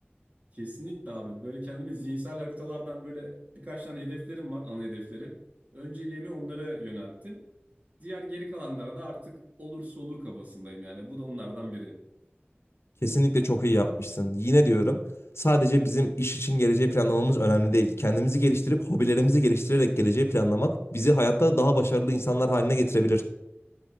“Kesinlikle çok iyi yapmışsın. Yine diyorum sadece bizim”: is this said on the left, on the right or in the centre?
Left